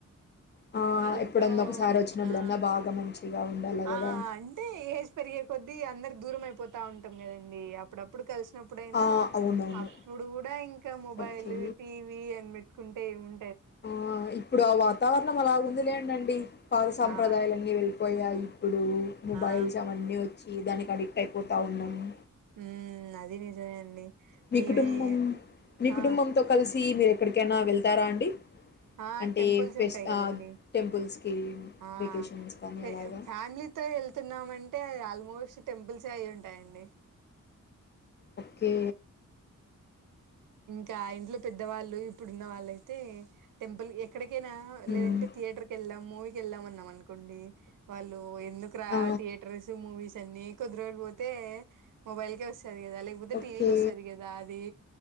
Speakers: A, on the left; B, on the right.
A: ఆ
B: వాళ్ళతో
A: ఎప్పుడన్నా ఒకసారి వచ్చినప్పుడన్నా
B: ఆ
A: బాగా మంచిగా ఉండాలి కదా
B: ఆ అంటే ఏజ్ పెరిగే కొద్దీ, అందరు దూరం అయిపో పోతా ఉంటం కదండి, అప్పుడప్పుడు కలిసి ప్పుడయినా
A: ఆ అవునవును
B: అప్పుడు కూడా ఇంకా మొబైల్
A: ఓకే
B: టీవీ అని పెట్ కుంటే ఏం ఉం
A: ఆ ఇప్పుడు ఆ వాతావరణం అలాగుం ది లేండండి పాద సాంప్రదాయాలన్నీ
B: ఆ
A: వెళ్ళిపోయాయి. ఇప్పుడు మొబైల్స్
B: ఆ
A: అవన్నీ వచ్చి దాని అడిక్ట్ అయిపోతా ఉన్నము.
B: ఉమ్ అది నిజమే అండి.
A: మీ
B: ఇవే
A: కుటుంబం, మీ
B: ఆ
A: కుటుంబంతో కలిసి మీరెక్ ఎక్కడికైనా వెళ్తారా అండి?
B: ఆ
A: అంటే
B: టెంపుల్స్
A: ఫెస్
B: ఉంటాయి కదండీ
A: ఆ టెంపుల్స్కి
B: ఆ
A: వెకేషన్స్ కానీ
B: ఫె
A: అలాగా
B: ఫ్యామిలీతో వెళ్తున్నామంటే ఆల్మో మోస్ట్ టెంపుల్స్ అయి ఉంటాయండి.
A: ఓకే
B: కా ఇంట్లో పెద్దవాళ్ళు, ఇప్పుడున్న వాళ్ళయితే టెంపల్ ఎక్కడికి కైన
A: హ్మ్.
B: లేదంటే థియేటర్ కెళ్ళాం. మూవీకెళ్ళామన్నాం అనుకోండి వాళ్ళు ఏ ఎందుకు రా
A: ఆ!
B: థియేటర్స్ మూవీస్ అన్నీ కుదరకపోతే మొబైల్ కే వస్ తది కదా, లేకపోతే
A: ఓకే.
B: టీవీకి వస్తది కదా అది.